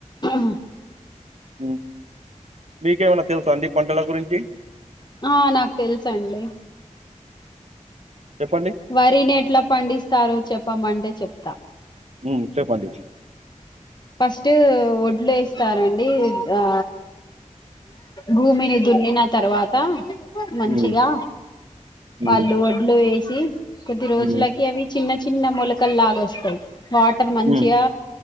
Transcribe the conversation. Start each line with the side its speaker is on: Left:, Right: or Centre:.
Left: ం
Right: అఓ <inaudible> మీకేమన్నా తెలుసా అండి పంటల గురించి
Left: ఆ నాకు తెలుస అండి
Right: చెప్పండి?
Left: వరిని ఎట్లా పండిస్తారో చెప్పు చెప్పమంటే చెప్తా
Right: మ్ చెప్పండి
Left: ఫస్ట్ వడ్లు వేస్తారండి ఆ భూమిని దున్నిన తర్వాత మంచిగా
Right: హ్మ్. హ్మ్.
Left: వాళ్ళు వడ్లు వేసి కొది రోజులకి
Right: హ్మ్.
Left: అవి చిన్న చిన్న మూలకల్లాగ వస్తాయి వాటర్ మంచిగా
Right: హ్మ్.